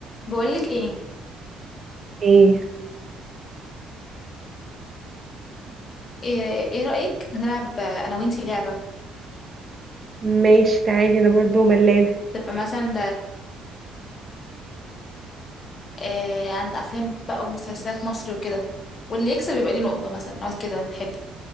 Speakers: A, on the left; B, on the right.
A: بقولك ايه
B: ايه
A: ايه إيه رأيك نلعب انا وانتي لعبة
B: ماشي تعالي انا برضو ملانة
A: تبقى مثلا إيه عن افلام بقى ومسلسلات مصر وكده واللي يكسب يبقى ليه نقطة مثلا نقعد كده نحل